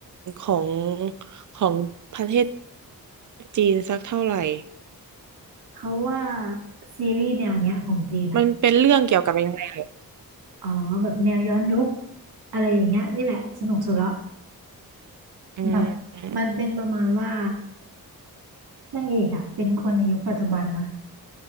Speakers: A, on the right (about 55°); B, on the right (about 85°).
A: ของของประเทศจีนสักเท่าไหร่
B: เขาว่าซีรีส์แนวเนี้ยของจีนอ่ะ
A: มันเป็นเรื่องเกี่ยวกับยังไงเหรอ
B: อ๋อแบบแนวย้อนยุคอะไรอย่างเงี้ยนี่แหละสนุกสุดละ
A: อื
B: แบบมันเป็นประมาณว่า
A: ม
B: นางเอกอ่ะเป็นคนในยุคปัจจุบันนะ